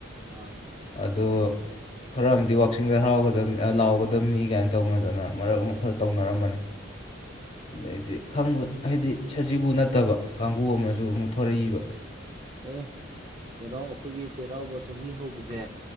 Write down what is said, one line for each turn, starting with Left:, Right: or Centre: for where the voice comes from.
Right: ꯑꯥ
Left: ꯑꯣ ꯈꯔ ꯑꯃꯗꯤ ꯋꯥꯛꯆꯁꯤꯡꯗ ꯍꯔꯥꯎ ꯂꯥꯎꯒꯗꯕꯅꯤ ꯀꯥꯏꯅ ꯇꯧꯅꯗꯅ ꯃꯔꯛ ꯑꯃ ꯈꯔ ꯇꯧꯅꯔꯝꯕꯅꯤ ꯑꯗꯗꯒꯤꯗꯤ
Right: ꯎꯝ
Left: ꯈꯪꯕ ꯍꯥꯏꯗꯤ ꯁꯖꯤꯕꯨ ꯅꯠꯇꯕ ꯀꯥꯡꯕꯨ ꯑꯃꯁꯨ ꯑꯃꯨꯛ ꯊꯣꯔꯤꯛꯏꯕ
Right: ꯑꯦ ꯆꯩꯔꯥꯎ ꯑꯩꯈꯣꯏꯒꯤ ꯆꯩꯔꯥꯎꯕ ꯆꯍꯤ ꯍꯧꯕꯁꯦ